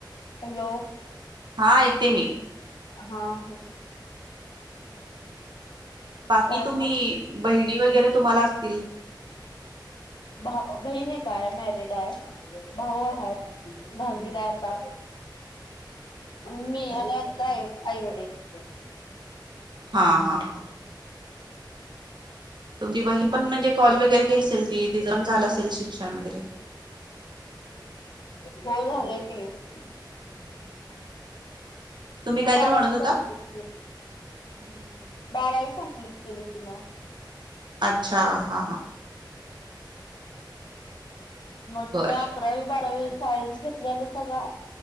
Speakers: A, on the left; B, on the right.
A: हलो
B: हा ऐकते मी
A: हा ह
B: बाकी
A: काय
B: तुम्ही
A: मग
B: बहिणी वगैरे तुम्हाला असतील?
A: भा बहीन एक हाय मॅरिड आहे भाऊ हाय दहावीला आहे आता.
B: तुमच्यापेक्षा
A: मी आणि
B: छोट्या.
A: आमच्या आई वडील
B: हा हा हा. तुमची बहीण पण म्हणजे कॉल
A: तुमचं
B: वगैरे केली असेल ती तिचं पण झालं असेल शि सण वगैरे
A: हो झालंय की.
B: <unintelligible> तुम्ही काय
A: बारावी
B: तर म्हणत होता?
A: कप्लीट केली.
B: हम्म हम्म हम्म.
A: बारावी पण क्लिक केली तिन.
B: अच्छा हा हा.
A: मग तुम्ही
B: बर
A: अकरावी बारावी सायन्स घेतल्यालसा का